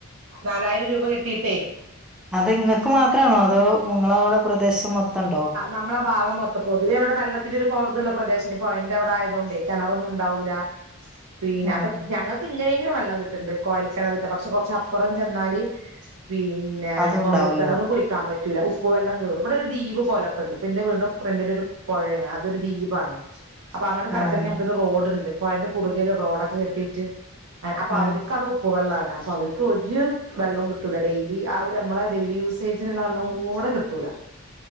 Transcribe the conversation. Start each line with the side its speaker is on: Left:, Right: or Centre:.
Right: നാലായിരം രൂപ കെട്ടീട്ടേ
Centre: അത്ങ്ങക്ക് മാത്രണോഅതോ നിങ്ങള അവിടെ പ്രദേശം മൊത്തംണ്ടോ
Right: നമ്മള ആ ഭാഗം മൊത്തം പൊതുവെ ഇവിടെ വെള്ളത്തിന്റെ ഒരു കുറ തുള്ള പ്രദേശമാണ് ഇപ്പോ പൊയൻ്റെവിടെ ആയതോണ്ട് കിണറൊന്നും ഉണ്ടാവൂല്ല പിന്നെ
Centre: ഉം
Right: അപ്പൊ ഞങ്ങൾക്ക് ഇങ്ങനേം ങ്കിലും വെള്ളം കിട്ട്ണ്ട് കോയൽ കെണറീത്തെ പക്ഷെ കുറച്ചപ്പുറം ചെന്നാല് പിന്നെ പിന്നെ
Centre: അതും
Right: കോഴൽക്കിണറും
Centre: ഉണ്ടാവൂല
Right: കുഴിക്കാൻ പറ്റൂല്ല ഉപ്പു വെള്ളം കേറു ഇവിടെ ഒരു ദീപ് പോലൊക്കെണ്ട് എന്റെ വീടിന്റെ ഫ്രണ്ടിലൊരു പുഴയാണ് അതൊരു ദീപാണ് അപ്പൊ അങ്ങട്ട് കടക്കണെങ്കി
Centre: ആഹ്
Right: നമുക്കൊരു റോഡ്ണ്ട് പ്പൊയൻ്റെ കുറുകേര് റോഡൊക്കെ കെട്ടിയിട്ട് അപ്പ
Centre: ഉം
Right: അവര് കട ഉപ്പുവെള്ളാണ് അപ്പൊ അവർക്ക് ഒരു വെള്ളം കിട്ടൂല ഡെയിലി ആ ഒരു നമ്മള ഡെയിലി യൂസേജിനുള്ള വെള്ളം കൂടെ കിട്ടൂല